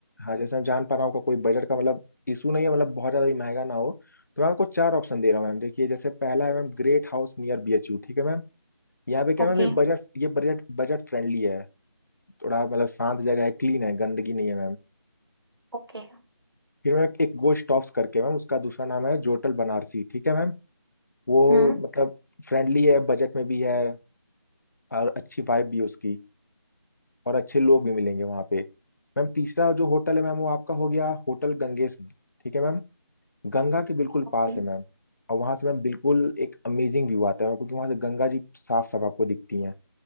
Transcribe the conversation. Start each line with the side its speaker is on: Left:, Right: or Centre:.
Left: हाँ जैसे मैं जान पा रहा हूँ का कोई बजट का मतलब इशू नहीं है मतलब बहुत ज़्यादा भी महंगा ना हो तो मैं आपको चार ऑप्शन दे रहा हूँ मैम देखिए जैसे पहला है ma'am ग्रेट हाउस near बीएचयू ठीक है मैम यहाँ पे क्या
Right: ओके
Left: है, मैम ये बजट ये बजट बजट फ्रेंडली है थोड़ा मतलब शांत जगह है क्लीन है गंदगी नहीं है मैम
Right: ओके
Left: फिर मैम एक गोश्त करके मैम उसका दूसरा नाम है जोटल बनारसी ठीक है मैम वो
Right: हम्म
Left: मतलब फ्रेंडली है बजट में भी है और अच्छी वाइब भी है उसकी और अच्छे लोग भी मिलेंगे वहाँ पे मैम तीसरा जो होटल है मैम वो आपका हो गया होटल गंगेश ठीक है मैम गंगा के बिल्कुल
Right: ओके
Left: पास है मैम और वहाँ से मैम बिल्कुल एक अमेजिंग व्यू आता है मैम क्योंकि वहाँ से गंगा जी साफ साफ आपको दिखती हैं